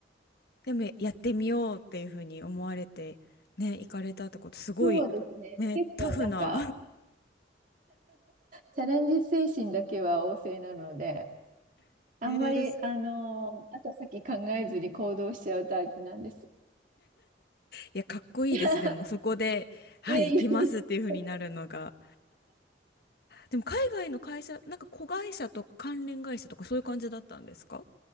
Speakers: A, on the left; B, on the right.
A: でもやってみようっていうふうに思われて、ね、行かれたってこと、すごい、
B: そうですね。
A: ね、
B: 結構なんか、
A: タフな
B: チャレンジ精神だけは旺盛なので、
A: <laughs>
B: あんまり、
A: えー、す
B: あのー後先考えずに行動しちゃうタイプなんです。
A: いや、かっこいいです。
B: <laughs> いや
A: でも、そこで、はい、
B: いやいや、
A: 行きますっていうふうになるのが。
B: <laughs> そう
A: でも、海外の会社、なんか子会社とか関連会社とかそういう感じだったんですか